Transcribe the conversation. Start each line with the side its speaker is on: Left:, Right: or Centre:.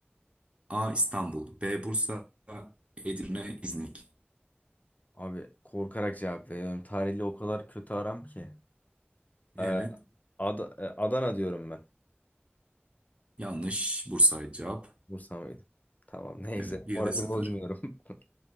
Right: A. İstanbul B. Bursa Edirne İznik
Left: Abi korkarak cevap veriyorum. Tarihle o kadar kötü aram ki. Ee,
Right: Evet
Left: Ad- e, Adana diyorum ben.
Right: yanlış Bursa'ydı cevap.
Left: Bursa mıydı? Tamam neyse.
Right: Evet bir
Left: Orayı
Right: de sıfır.
Left: bozmuyorum. <laughs>